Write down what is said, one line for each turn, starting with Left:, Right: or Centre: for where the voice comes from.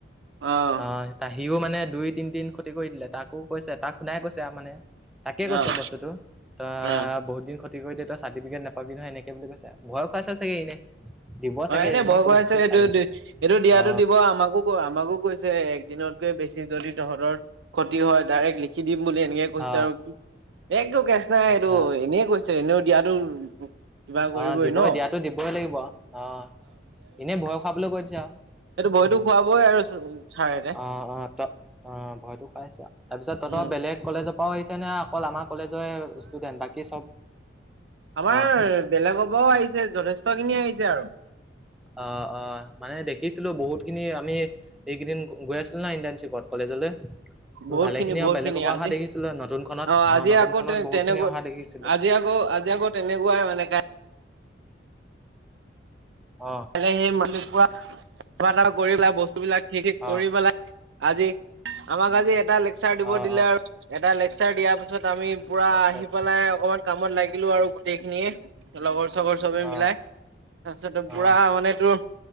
Right: অ',
Centre: আহ তাহিও মানে দুই তিনিদিন ক্ষতি কৰি দিলে, তাকো কৈছে তাক শুনাই কৈছে আৰু মানে, তাকে
Right: অ',
Centre: কৈছে বস্তুটো। ত
Right: অ',
Centre: বহুত দিন ক্ষতি কৰিলি তই চাৰ্টিফিকেট নাপাবি নহয় এনেকে বুলি কৈছে, ভয় খুৱাইচে চাগে এনে। দিব
Right: অ',
Centre: চাগে
Right: এনে
Centre: এনেই
Right: ভয়
Centre: কৈ
Right: খুৱাইছে
Centre: দিছে। ছাৰে
Right: এইটো, এইটো দিয়াতো
Centre: অ
Right: দিব আমাকো ক আমাকো কৈছে, একদিনতকে বেছি যদি তহঁতৰ ক্ষতি হয়, ডাইৰেক্ট লিখি দিম বুলি এনেকে কৈছে
Centre: অ
Right: আৰু, কি একো কেচ নাই
Centre: আচ্ছা
Right: এইটো
Centre: আচ্ছা
Right: এনে কৈছে, এনেও দিয়াতো কিবা কৰিবই
Centre: অ', দিবই
Right: ন
Centre: দিয়াতো দিবই লাগিব, অ' এনেই ভয় খোবলৈ কৈ দিছে আৰু।
Right: সেটো ভয়তো
Centre: উম
Right: খুৱাবই আৰু, চাৰ চাৰহতে।
Centre: অ', অ' ত অ' ভয়তো খোৱাইছে আৰু, তাৰপিছত তহঁতৰ
Right: উম,
Centre: বেলেগ কলেজৰ পৰাও আহিছে। নে অকল আমাৰ কলেজৰ ষ্টুডেন্ট, বাকী চব,
Right: আমাৰ
Centre: অ'।
Right: বেলেগৰ পৰাঁও আহিছে, যথেষ্টখিনি আহিছে আৰু।
Centre: অ', অ' মানে দেখিছিলো বহুতখিনি আমি এইকেইদিন গৈ আছিলি না নাই ইণ্টাৰ্ণশ্বিপত কলেজলৈ ত
Right: বহুত
Centre: ভালে খিনি
Right: বহুত
Centre: বেলেগৰ পৰা
Right: আজি
Centre: অহা দেখিছিলো, নতুনখনত,
Right: অ
Centre: আহ
Right: আজি
Centre: নতুনখনত
Right: আকৌ তে
Centre: বহুত
Right: তেনেকুৱা
Centre: খিনি অহা দেখিছিলো।
Right: আজি আকৌ আজি আকৌ তেনেকুৱাই মানে
Centre: অ
Right: সেই মল্িক পৰা কবা এ কৰি পেলাই বস্তুবিলাক ঠিক, ঠিক কৰি
Centre: অ
Right: পেলাই আজি, আমাক আজি এটা লে লেকচাৰ দিব
Centre: অ
Right: দিলে
Centre: অ
Right: আৰু, এটা লেকচাৰ দিয়াৰ পিছত, আমি পুৰা
Centre: আচ্ছা
Right: আহি
Centre: আচ্ছা
Right: পেলাই অকমান কামত লাগিলো আৰু গোটেই খিনিয়ে, লগৰ চগৰ চবে
Centre: অ
Right: মিলাই তাৰপিছত পুৰা
Centre: অ
Right: মানে তোৰ,